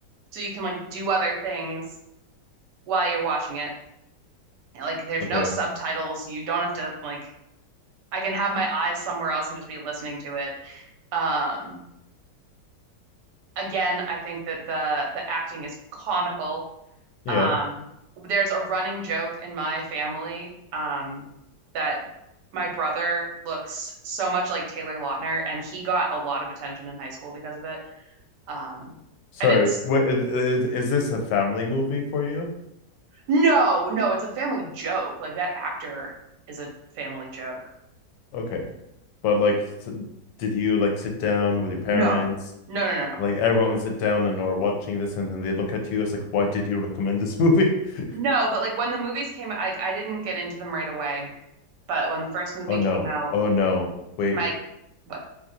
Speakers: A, on the right (about 75°); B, on the left (about 80°).
A: so you can like do other things while you're watching it. Like there's
B: Okay.
A: no subtitles, you don't have to like I can have my eyes somewhere else and just be listening to it. Um, again, I think that the the acting is comical
B: Yeah.
A: Um, there's a running joke in my family, um, that my brother looks so much like Taylor Lautner, and he got a lot of attention in high school because of it. Um,
B: Sorry.
A: and it's
B: Wait, is, is this a family movie for you?
A: no, no, it's a family joke. Like that actor is a family joke.
B: Okay. But like s- did you like sit down with your parents?
A: No, no, no, no, no.
B: Like everyone sit down and are watching this and then they look at you as like, why did you recommend this movie? <laughs>
A: No, but like when the movies came out, I, I didn't get into them right away. But when the first movie
B: Oh no.
A: came out,
B: Oh no. Wait,
A: my what?